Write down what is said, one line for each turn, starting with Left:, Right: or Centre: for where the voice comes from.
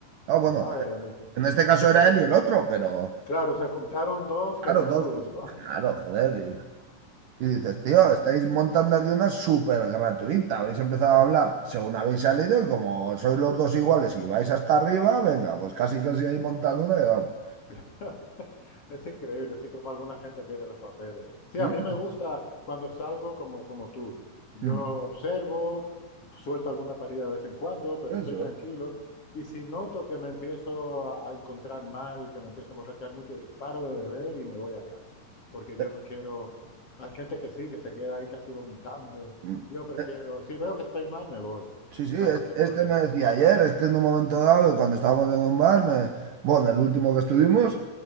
Right: ah, bueno,
Left: Madre
Right: eh,
Left: mía.
Right: en este caso
Left: O sea
Right: era
Left: que, s-
Right: él y el otro, pero
Left: claro, se juntaron dos que
Right: claro,
Left: menudos,
Right: dos-
Left: ¿no?
Right: claro, joder, y, y dices,
Left: Ya.
Right: tío, estáis montando aquí una súper gratuita, habéis empezado a hablar según habéis salido y como sois los dos iguales y vais hasta arriba, venga, pues casi casi ahí montando una y vamos.
Left: <laughs> Es increíble, así como alguna gente pierde los papeles. Sí,
Right: Sí,
Left: a mí me gusta cuando salgo como, como tú. Yo
Right: mm,
Left: observo, suelto alguna parida de vez en cuando, pero
Right: Eso.
Left: estoy tranquilo. Y si noto que me empiezo a, a encontrar mal, que me empiezo a emborrachar mucho, yo paro de beber y me voy a casa. Porque yo
Right: eh,
Left: no quiero... Hay gente que sí, que se queda ahí casi vomitando.
Right: mm,
Left: Yo prefiero,
Right: eh,
Left: si veo que estoy mal, me voy.
Right: Sí, sí, es-
Left: ¿Para qué
Right: este
Left: me voy a quedar?
Right: me decía ayer, este en un momento dado, que cuando estábamos en un bar, me, bueno, el último que estuvimos,